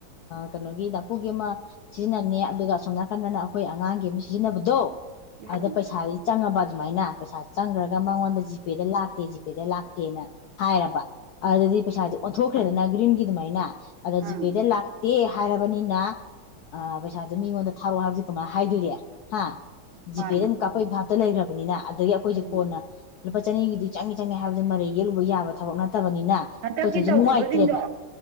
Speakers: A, on the left; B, on the right.
A: ꯀꯩꯅꯣꯒꯤ ꯗꯥꯄꯨꯒꯤ ꯑꯃ ꯁꯤꯖꯤꯟꯅꯅꯤ ꯑꯗꯨꯒ ꯁꯣꯝ ꯅꯥꯀꯟꯗꯅ ꯑꯈꯣꯏ ꯑꯉꯥꯡꯒꯤ ꯑꯃ ꯁꯤꯖꯤꯟꯅꯕꯗꯣ
B: ꯎꯝ
A: ꯑꯗ ꯄꯩꯁꯥ ꯆꯪꯉꯕ ꯑꯗꯨꯃꯥꯏꯅ ꯄꯩꯁꯥ ꯆꯪꯈ꯭ꯔꯒ ꯃꯉꯣꯟꯗ ꯖꯤꯄꯦꯗ ꯂꯥꯛꯇꯦ ꯖꯤꯄꯦꯗ ꯂꯥꯛꯇꯦꯅ ꯍꯥꯏꯔꯕ ꯑꯗꯨꯗꯗꯤ
B: ꯎꯝ
A: ꯄꯩꯁꯥꯗꯤ ꯑꯣꯟꯊꯣꯛꯈ꯭ꯔꯦꯗꯅ ꯒ꯭ꯔꯤꯟꯒꯤ ꯗꯨꯃꯥꯏꯅ ꯑꯗ ꯖꯤꯄꯦꯗ
B: ꯎꯝ
A: ꯂꯥꯛ ꯗꯦ ꯍꯥꯏꯔꯕꯅꯤꯅ ꯄꯩꯁꯥꯗꯨꯣ ꯃꯤꯉꯣꯟꯗ ꯊꯥꯔꯛꯑꯣ ꯍꯥꯏꯕꯕꯁꯤ ꯀꯃꯥꯏꯅ ꯍꯥꯏꯗꯣꯏꯔꯤꯦ ꯍꯥ ꯖꯤꯄꯦꯗ
B: ꯃꯥꯅꯤ
A: ꯑꯗꯨꯝ ꯀꯥꯞꯄ ꯚꯥꯞꯇ ꯂꯩꯈ꯭ꯔꯕꯅꯤꯅ ꯑꯗꯒꯤ ꯑꯩꯈꯣꯏꯁꯦ
B: ꯎꯝ
A: ꯀꯣꯟꯅ ꯂꯨꯄꯥ ꯆꯅꯤꯒꯤꯗꯤ ꯆꯪꯏ ꯆꯪꯏ ꯍꯥꯏꯕꯗꯤ ꯃꯔꯩ ꯌꯦꯛꯂꯨꯕ ꯌꯥꯕ ꯊꯕꯛ ꯅꯠꯇꯕꯅꯤꯅ ꯑꯩꯈꯣꯏ
B: ꯍꯟꯗꯛꯀꯤ
A: ꯊꯣꯏꯁꯦ
B: ꯇꯧꯈꯤꯕꯁꯤꯡꯗꯣ
A: ꯅꯨꯡꯉꯥꯏꯇ꯭ꯔꯦꯕ